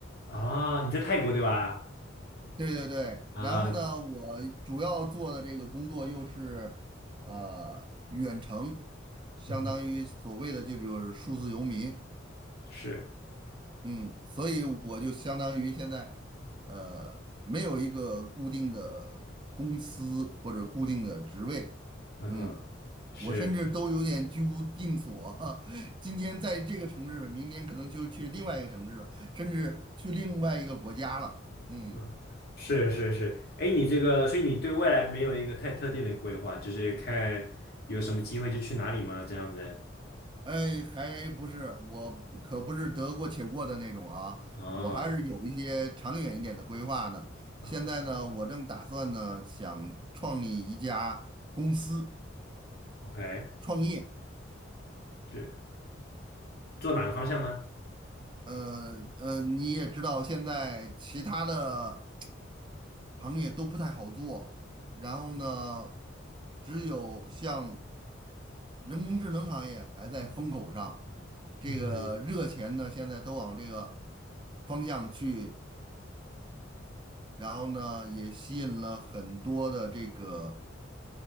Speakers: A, on the left (about 55°); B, on the right (about 25°).
A: 啊，你在泰国对吧？
B: 对对对，
A: 啊，
B: 然后呢，我主要做的这个工作又是呃远程，相当于所谓的就就是数字游民，
A: 嗯哼，是，
B: 嗯，所以我就相当于现在呃没有一个固定的公司或者固定的职位，
A: 嗯哼。
B: 嗯，
A: 是。
B: 我甚至都有点居无定所，<laughs> 今天在这个城市，明天可能就去另外一个城市了，甚至去另外一个国家了，嗯。
A: 嗯，是是是，哎，你这个，所以你对未来没有一个太特定的规划，就是看有什么机会就去哪里吗？这样子。
B: 哎，还不是，我可不是得过且过的那种啊，
A: 哦，
B: 我还是有一些长远一点的规划的。
A: 嗯
B: 现在呢，我正打算呢，想创立一家公司
A: ，OK，
B: 创业。
A: 是做哪个方向呢？
B: 呃呃，你也知道，现在其他的行业都不太好做，然后呢，只有像人工智能行业还在风口上，这个热钱呢，
A: 嗯哼，
B: 现在都往这个方向去。然后呢，也吸引了很多的这个